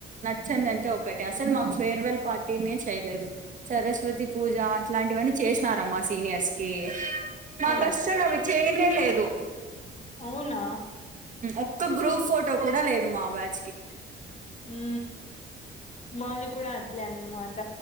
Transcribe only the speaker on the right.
చ్చందంటే ఒకటి అసలు మాకు ఫేర్వెల్ పార్టీనే చేయలేదు సరస్వతి పూజ అట్లాంటివన్నీ చేసినారామ్ మా సీనియర్స్ కి మా
కష్టాలు అవి చేయనే లేదు
ఒక గ్రూప్ ఫోటో కూడా లేదు మా బ్యాచ్్ కి